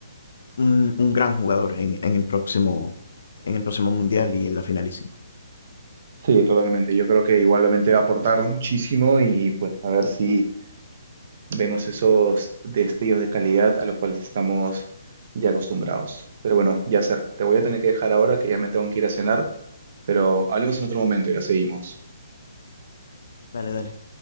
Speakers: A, on the left; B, on the right.
A: un, un gran jugador en, en el próximo, en el próximo Mundial y en la finalísima.
B: Sí, totalmente. Yo creo que igualmente va a aportar muchísimo y pues a ver si vemos esos destellos de calidad a los cuales estamos ya acostumbrados. Pero bueno, Yasser, te voy a tener que dejar ahora que ya me tengo que ir a cenar, pero hablemos en otro momento y la seguimos.
A: Dale, dale.